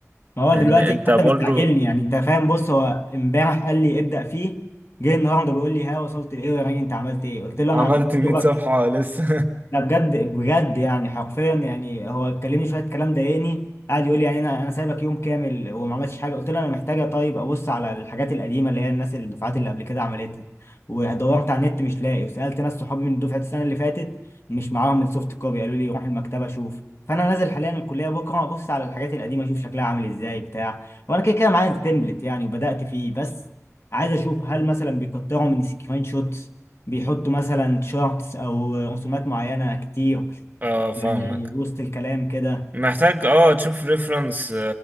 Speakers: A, on the left; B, on the right.
A: ما هو
B: لأن
A: دلوقتي
B: أنت
A: حتى
B: برضو
A: مستعجلني يعني انت فاهم بص هو امبارح قال لي ابدا فيه جه النهارده بيقول لي ها وصلت لايه يا راجل انت عملت ايه قلت له
B: عملت
A: انا
B: 100
A: دوبك
B: صفحة لسه
A: لا بجد بجد يعني حرفيا يعني هو كلمني شويه كلام ضايقني قعد يقول لي يعني انا انا سايبك يوم كامل وما عملتش حاجه قلت له انا محتاجه طيب ابص على الحاجات القديمه اللي هي الناس الدفعات اللي قبل كده عملتها ودورت على النت مش لاقي وسالت ناس صحابي من دفعه السنه اللي فاتت مش معاهم السوفت كوبي قالوا لي روح المكتبه شوف فانا نازل حاليا الكليه بكره ابص على الحاجات القديمه اشوف شكلها عامل ازاي بتاع وانا كده كده معايا التمبلت يعني وبدات فيه بس عايز اشوف هل مثلا بيكتروا من سكرين شوت بيحطوا مثلا شورتس او رسومات معينه كتير
B: <laughs> اه فاهمك
A: يعني وسط الكلام كده
B: محتاج اه تشوف ريفرنس